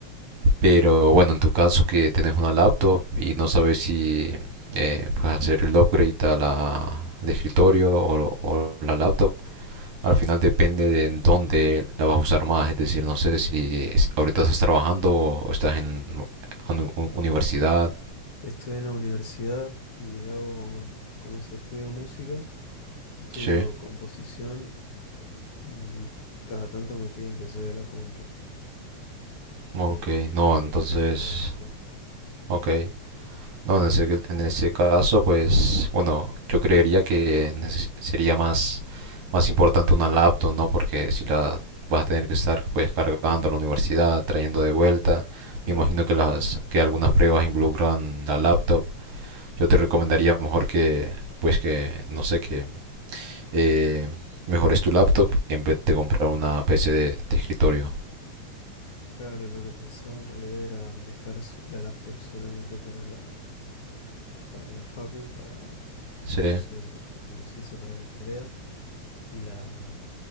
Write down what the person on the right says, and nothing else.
pero bueno, en tu caso que tienes una laptop y no sabes si eh, puedes hacer el upgrade a la de escritorio o, o la laptop. Al final depende de en dónde la vas a usar más, es decir, no sé si es- ahorita estás trabajando o estás en anu- u- universidad.
Sí.
Ok,
no, entonces,
ok. No, en ese, en ese caso, pues, bueno, yo creería que neces- sería más, más importante una laptop, ¿no? Porque si la vas a tener que estar, pues, cargando a la universidad, trayendo de vuelta,
me imagino que las, que algunas pruebas involucran la laptop. yo te recomendaría mejor que, pues que, no sé, que eh, mejores tu laptop en vez de comprar una PC de, de escritorio.
Sí,